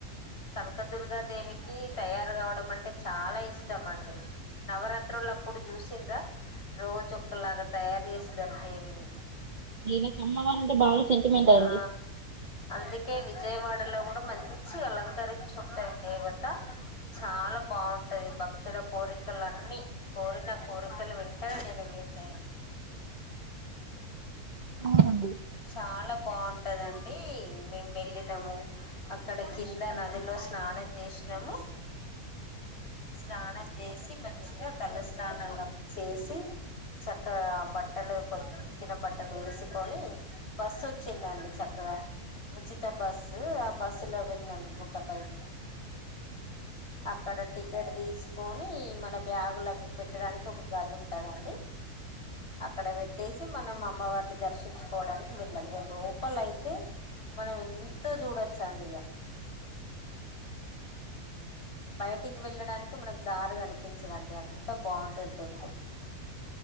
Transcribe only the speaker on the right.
నాకు అమ్మవారంటే బాగా సెంటిమెంట్ అండి
అవునండి